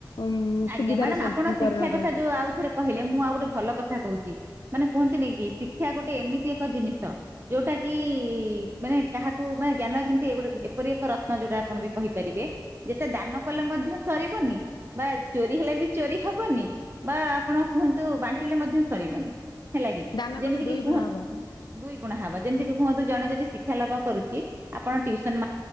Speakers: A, on the left; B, on the right.
A: ଉଁ
B: ଆଜ୍ଞା
A: ସୁବିଧାରେ
B: ମ୍ୟାଡ଼ାମ୍ ଆପଣ ଶିକ୍ଷା
A: ପରିଣତ
B: କଥା
A: ହେଇଯିବ।
B: ଯୋଉ ଆଉ ଥରେ କହିଲେ ମୁଁ ଆଉ ଗୋଟେ ଭଲ କଥା କହୁଛି। ମାନେ କୁହନ୍ତିନି କି ଶିକ୍ଷା ଗୋଟେ ଏମିତି ଏକ ଜିନିଷ ଯୋଉଟା କି ମାନେ କାହାକୁ ମାନେ ଜ୍ଞାନ ଯେମିତି ଗୋଟେ ଏପରି ଏକ ରତ୍ନ ଯୋଉଟା ଆପଣ ବି କହିପାରିବେ। ଯେତେ ଦାନ କଲେ ମଧ୍ୟ ସରିବନି ବା ଚୋରି ହେଲେ ବି ଚୋରି ହବନି ବା ଆପଣ କୁହନ୍ତୁ ବାଣ୍ଟିଲେ ମଧ୍ୟ ସରିବନି। ହେଲା କି
A: ଦାନ କଲେ
B: ଯେମିତି
A: ଦୁଇ
B: କିି କୁହ
A: ଗୁଣ ହବ
B: ଦୁଇ ଗୁଣା ହବ ଯେମିତିକି କୁହନ୍ତି ଜଣେ ଯଦି ଶିକ୍ଷା ଲାଭ କରୁଛି ଆପଣ ଟ୍ୟୁସନ୍ ମା